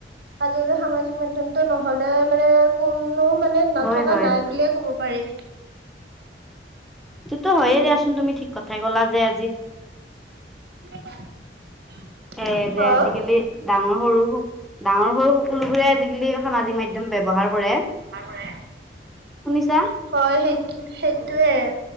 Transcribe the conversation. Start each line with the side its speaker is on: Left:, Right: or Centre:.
Right: আজিকালি সামাজিক মাধ্যমটো নহলে মানে কোনো মান নে, নথকা
Centre: হয় হয়।
Right: নাই বুলিয়ে ক'ব পাৰি।
Centre: সেইটো হয়য়ে দিয়াচোন, তুমি ঠিক কথাই কলা যে আজি
Right: <inaudible>
Centre: হে,
Right: অ',
Centre: যে আজিকালি ডাঙৰ-সৰু, ডাঙৰ-সৰু সকলোবোৰে আজিকালি সামাজিক মাধ্যম ব্যৱহাৰ কৰে।
Right: <inaudible>
Centre: শুনিছা।
Right: হয়, সেইটো-সেইটোয়ে।